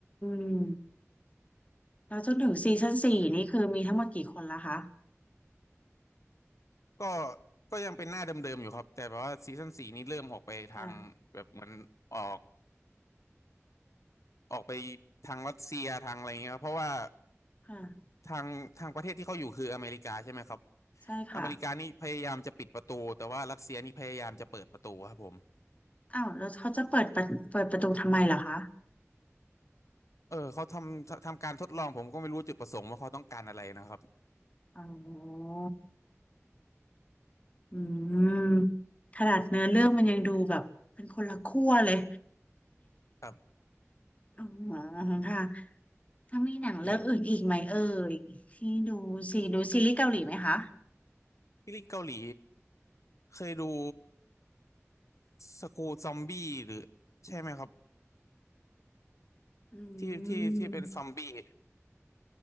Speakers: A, on the left; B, on the left.
A: มแล้วจนถึงซีซั่นสี่นี่คือมีทั้งหมดกี่คนละคะ
B: ก็ก็ยังเป็นหน้าเดิมๆอยู่ครับแต่แบบว่าซีซั่นสี่นี้เริ่มออกไปทางแบบเหมือนออก
A: ค่ะ
B: ออกไปทางรัสเซียทางอะไรเงี้ยครับเพราะว่า
A: ค่ะ
B: ทางทางประเทศที่เขาอยู่คืออเมริกาใช่ไหมครับ
A: ใช่ค่ะ
B: อเมริกานี่พยายามจะปิดประตูแต่ว่ารัสเซียนี่พยายามจะเปิดประตูครับผม
A: อ้าวแล้วเขาจะเปิดประเปิดประตูทำไมเหรอคะ
B: เออเขาทำทำการทดลองผมก็ไม่รู้จุดประสงค์ว่าเขาต้องการอะไรนะครับ
A: อ๋ออืมขนาดเนื้อเรื่องมันยังดูแบบเป็นคนละขั้วเลย
B: ครับ
A: <laughs> อ๋อค่ะ ถ้ามีหนังเรื่องอื่นอีกไหมเอ่ยที่ดูซีดูซีรีส์เกาหลีไหมคะ
B: <laughs> ที่เกาหลีเคยดูสกูซอมบี้หรือใช่ไหมครับ
A: อื
B: ที่ที่ที่เป็นซอมบี้
A: ม